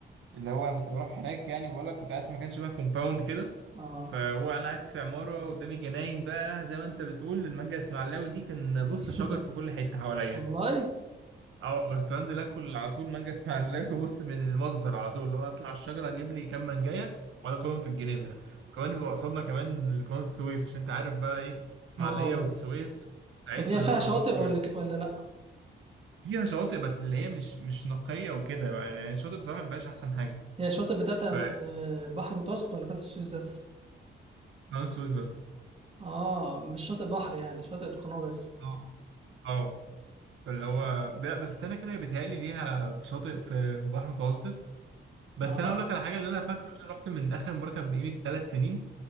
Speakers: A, on the right (about 80°); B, on the right (about 30°).
A: اللي هو انا كنت بروح هناك يعني بقول لك كنت قاعد في مكان شبه كومباوند كده
B: اه
A: فهو انا قاعد في عماره قدامي جناين بقى زي ما انت بتقول المانجا اسماعيلاوي دي كان بص
B: <laughs>
A: شجر في كل حته حواليا
B: والله
A: اه والله كنت بنزل اكل على طول مانجا <laughs> اسماعيلاوي بص من المصدر على طول لو اطلع الشجره اجيب لي كام مانجايه واقعد اكلهم في الجنينه وكمان بيبقى قصادنا كمان قناه السويس عشان انت عارف بقى ايه اسماعيليه
B: اه
A: والسويس والصعيد
B: طب
A: كلهم
B: هي فيها شواطئ
A: على قناه السويس
B: ولا ولا لا
A: فيها شواطئ بس اللي هي مش مش نقيه وكده بقى يعني الشاطئ بصراحه مبقاش احسن حاجه
B: هي الشاطئ بتاعتها
A: فقناه
B: البحر المتوسط ولا قناة السويس بس؟
A: السويس بس
B: اه مش شاطئ بحر يعني شاطئ القناة بس
A: اه اه فاللي هو لا بس انا كده بيتهيألي ليها شاطئ في بحر متوسط بس
B: ما
A: انا
B: اعرفش
A: اقول لك على حاجه اللي انا فاكره عشان رحت من اخر مركب بقيمه ثلاث سنين